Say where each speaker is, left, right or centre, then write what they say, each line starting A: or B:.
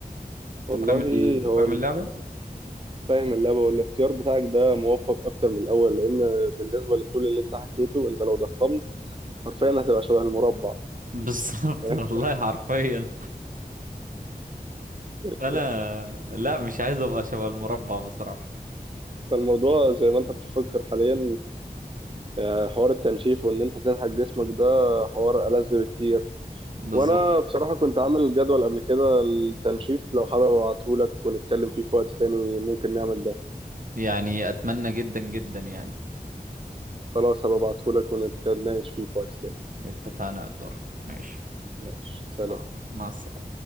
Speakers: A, on the right; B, on the right.
A: انت
B: والله
A: فاهم ال...
B: هو
A: فاهم
B: ال-
A: اللعبه
B: فاهم اللعبه والاختيار بتاعك ده موفق اكتر من الاول لان بالنسبه للطول اللي انت حكيته انت لو ضخمت حرفيا هتبقى شبه المربع
A: <laughs> بالظبط
B: فاهم
A: والله حرفيا
B: <laughs>
A: انا لا مش عايز ابقى شبه المربع بصراحه
B: فالموضوع زي ما انت بتفكر حاليا آه، حوار التنشيف وان انت تنحت جسمك ده حوار ألذ بكتير
A: بالظبط
B: وانا بصراحة كنت عامل جدول قبل كده التنشيف لو حابب ابعتهولك ونتكلم فيه في وقت تاني ممكن نعمل ده
A: يعني اتمنى جدا جدا يعني
B: خلاص هبقى ابعتهولك ونتناقش فيه في وقت تاني
A: اتفقنا اقدر ماشي
B: ماشي سلام
A: مع مع السلامه